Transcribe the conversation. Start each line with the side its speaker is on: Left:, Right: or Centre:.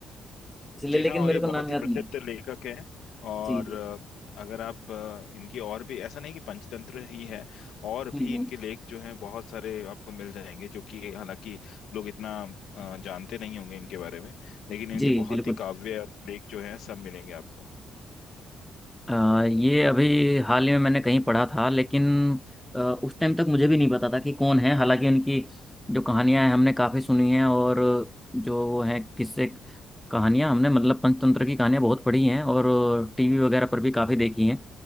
Centre: इसलिए
Left: जी
Centre: लेकिन
Left: हाँ
Centre: मेरे
Left: और ये
Centre: को
Left: बहुत
Centre: नाम
Left: ही
Centre: याद
Left: प्रसिद्ध
Centre: नहीं आ रहा
Left: लेखक हैं और
Centre: जी जी
Left: अ, अगर आप अ, इनकी और भी ऐसा नहीं कि पंचतंत्र ही है और
Centre: हम्म,
Left: भी
Centre: हम्म।
Left: इनके लेख जो हैं बहुत सारे आपको मिल जाएंगे जो कि हालांकि लोग इतना अ, जानते नहीं होंगे इनके बारे में लेकिन
Centre: जी
Left: इनके बहुत
Centre: बिल्कुल
Left: ही काव्य और लेख जो हैं सब मिलेंगे आपको
Centre: अ, ये अभी हाल ही में मैंने कहीं पढ़ा था लेकिन अ, उस टाइम तक मुझे भी नहीं पता था कि कौन है हालांकि उनकी जो कहानियां हैं हमने काफ़ी सुनी हैं और जो वो हैं किस्से कहानियां हमने मतलब पंचतंत्र की कहानियां बहुत पढ़ी हैं और टीवी वगैरह पर भी काफ़ी देखी हैं